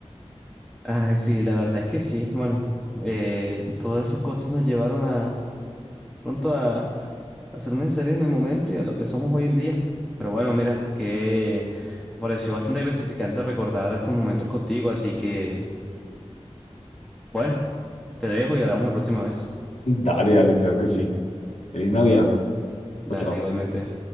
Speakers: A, in the centre; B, on the left.
A: Ay, sí, la verdad es que sí. Bueno, eh, todas esas cosas nos llevaron a pronto a... a ser necesarias en el momento y a lo que somos hoy en día. Pero bueno, mira, que me pareció bastante gratificante recordar estos momentos contigo, así que bueno, te dejo y hablamos la próxima vez.
B: Dale, dale, claro que sí. Feliz Navidad.
A: Dale,
B: Chao. chao.
A: igualmente.